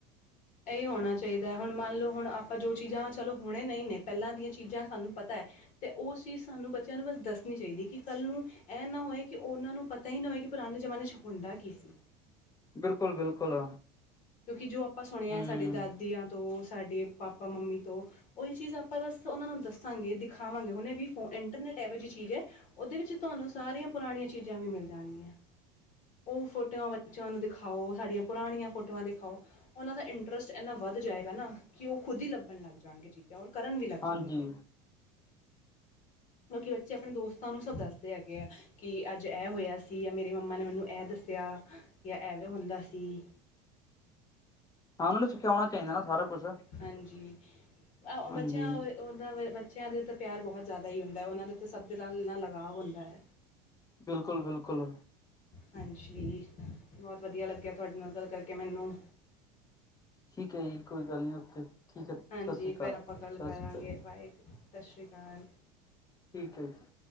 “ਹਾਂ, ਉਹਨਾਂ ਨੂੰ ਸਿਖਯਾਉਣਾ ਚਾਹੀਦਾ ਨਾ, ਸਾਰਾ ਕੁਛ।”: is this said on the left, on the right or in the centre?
Left